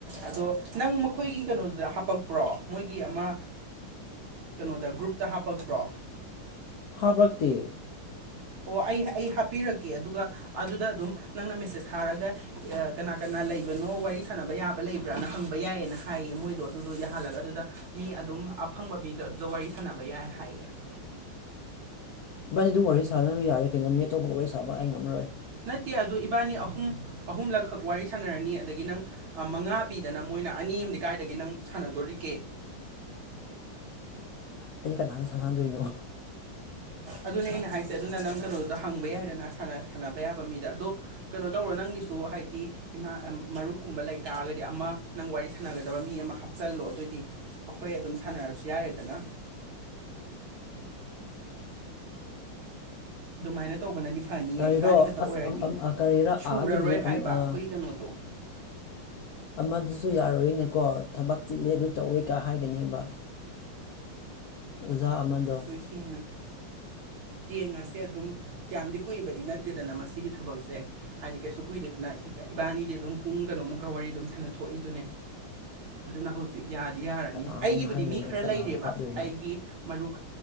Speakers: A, on the right; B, on the left.
A: ꯑꯗꯣ ꯅꯪ ꯃꯈꯣꯏꯒꯤ ꯀꯩꯅꯣꯗꯨꯗ ꯍꯥꯄꯛꯄ꯭ꯔꯣ ꯃꯣꯏꯒꯤ ꯑꯃ ꯀꯩꯅꯣꯗ ꯗ ꯒ꯭ꯔꯨꯞꯇ ꯍꯥꯞꯄꯛꯄ꯭ꯔꯣ
B: ꯍꯥꯞꯛꯇ
A: ꯑꯣ ꯑꯩ ꯑꯩ ꯍꯥꯞꯄꯤꯔꯛꯀꯦ ꯑꯗꯨꯒ ꯑꯗꯨꯗ ꯑꯗꯨꯝ ꯅꯪꯅ ꯃꯦꯁꯦꯁ ꯊꯥꯔꯒ ꯀꯅꯥ ꯀꯅꯥ ꯂꯩꯕꯅꯣ ꯋꯥꯔꯤ ꯁꯥꯟꯅꯕ ꯌꯥꯕ ꯂꯩꯕ꯭ꯔꯥꯅ ꯍꯪꯕ ꯌꯥꯏꯌꯦꯅ ꯍꯥꯏꯌꯦ ꯃꯣꯏꯗꯣ ꯑꯗꯨꯗꯣ ꯌꯥꯍꯜꯂꯒ ꯑꯗꯨꯗ ꯃꯤ ꯑꯗꯨꯝ ꯑꯐꯪꯕ ꯃꯤꯗ ꯑꯗꯨꯗ ꯋꯥꯔꯤ ꯁꯥꯟꯅꯕ ꯌꯥꯏ ꯍꯥꯏꯌꯦ
B: ꯏꯕꯥꯅꯤ ꯑꯗꯨꯝ ꯋꯥꯔꯤ ꯁꯥꯅꯕ ꯌꯥꯔꯦ ꯀꯩꯅꯣ ꯃꯤ ꯑꯇꯣꯞꯄ ꯂꯣꯏ ꯁꯥꯕ ꯑꯩ ꯉꯝꯃꯔꯣꯏ
A: ꯅꯠꯇꯦ ꯑꯗꯨ ꯏꯕꯥꯅꯤ ꯑꯍꯨꯝ ꯑꯍꯨꯝꯂꯛꯈꯛ ꯋꯥꯔꯤ ꯁꯥꯟꯅꯔꯅꯤ ꯑꯗꯒꯤ ꯅꯪ ꯃꯉꯥ ꯄꯤꯗꯅ ꯃꯣꯏ ꯃꯈꯣꯏꯅ ꯑꯅꯤ ꯑꯝ ꯀꯥꯏꯗꯒꯤ ꯅꯪ ꯁꯥꯟꯅꯗꯣꯔꯤꯒꯦ
B: ꯑꯩꯗꯤ ꯀꯅꯥꯗ ꯁꯥꯟꯅꯗꯣꯏꯅꯣ
A: ꯑꯗꯨꯅꯦ ꯑꯩꯅ ꯍꯥꯏꯁꯦ ꯑꯗꯨꯅ ꯅꯪ ꯀꯩꯅꯣꯗꯨꯗ ꯍꯪꯕ ꯌꯥꯏꯗꯅ ꯁꯥꯟꯅꯕ ꯌꯥꯕ ꯃꯤꯗ ꯑꯗꯣ ꯀꯩꯅꯣ ꯇꯧꯔꯣ ꯅꯪ ꯅꯪꯒꯤꯁꯨ ꯍꯥꯏꯗꯤ ꯏꯃꯥ ꯃꯔꯨꯞꯀꯨꯝꯕ ꯂꯩꯇꯥꯥꯔꯒꯗꯤ ꯑꯃ ꯅꯪ ꯋꯥꯔꯤ ꯁꯥꯟꯅꯒꯗꯕ ꯃꯤ ꯑꯃ ꯍꯥꯞꯆꯤꯜꯂꯨ ꯗꯣ ꯑꯗꯨꯑꯣꯏꯗꯤ ꯑꯩꯈꯣꯏ ꯑꯗꯨꯝ ꯁꯥꯟꯅꯔꯁꯨ ꯌꯥꯔꯦꯗꯅ
B: <inaudible>
A: ꯑꯗꯨꯃꯥꯏꯅ ꯇꯧꯕꯅꯗꯤ ꯐꯅꯤꯌꯦ
B: ꯀꯔꯤꯔꯣ
A: ꯏꯕꯥꯅꯤ ꯈꯛꯇ
B: ꯑꯁ
A: ꯑꯣꯏꯔꯗꯤ
B: ꯑꯝ ꯑꯝ ꯑ ꯀꯔꯤꯔꯥ
A: ꯁꯨꯔꯔꯣꯏ
B: ꯑꯥꯗꯒꯤ ꯑꯝ
A: ꯍꯥꯏꯕ
B: ꯑ
A: ꯑꯩꯈꯣꯏꯒꯤ ꯀꯩꯅꯣꯗꯣ
B: ꯑꯃꯗꯨꯁꯨ ꯌꯥꯔꯣꯏꯅꯦꯀꯣ ꯊꯕꯛ ꯆꯤꯜꯂꯦ ꯑꯗꯨ ꯇꯧꯋꯦ ꯀ ꯍꯥꯏꯒꯅꯦꯕ ꯑꯣꯖꯥ ꯑꯃꯗꯣ
A: ꯑꯗꯨ ꯌꯦꯡꯉꯁꯤ
B: <inaudible>
A: ꯌꯦꯡꯉꯁꯦ ꯑꯗꯨꯝ ꯀꯌꯥꯝꯗꯤ ꯀꯨꯏꯕꯗꯤ ꯅꯠꯇꯦꯗꯅ ꯃꯁꯤꯒꯤ ꯊꯕꯛꯁꯦ ꯍꯥꯏꯗꯤ ꯀꯩꯁꯨ ꯀꯨꯏꯗꯦꯗꯅ ꯏꯕꯥꯅꯤꯗꯤ ꯑꯗꯨꯝ ꯄꯨꯡ ꯀꯩꯅꯣꯃꯨꯛꯀ ꯋꯥꯔꯤ ꯑꯗꯨꯝ ꯁꯥꯟꯅ ꯊꯣꯛꯏꯗꯨꯅꯦ ꯑꯗꯨꯅ ꯍꯧꯖꯤꯛ ꯌꯥꯗꯤ ꯌꯥꯔꯅꯤ
B: ꯀꯅꯥꯉꯣꯟꯗ
A: ꯑꯩꯒꯤꯕꯨꯗꯤ
B: ꯍꯥꯏꯗꯣꯏꯅꯣ
A: ꯃꯤ ꯈꯔ
B: ꯑꯩꯕꯨ ꯀꯅꯥꯕꯨ
A: ꯂꯩꯔꯦꯕ
B: ꯍꯥꯞꯇꯣꯏꯅꯣ
A: ꯑꯩꯒꯤ ꯃꯔꯨꯞ